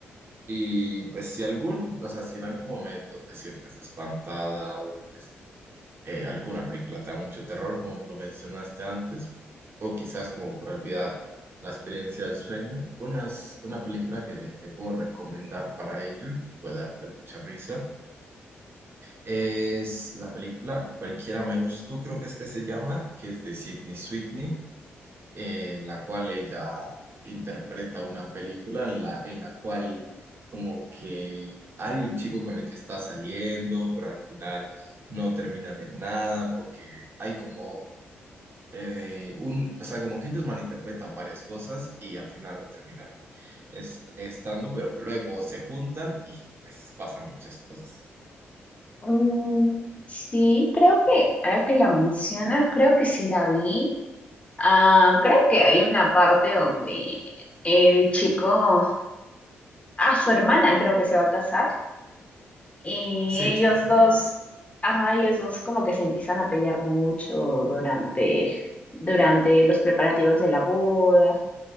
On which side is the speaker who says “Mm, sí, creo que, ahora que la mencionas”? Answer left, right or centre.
Left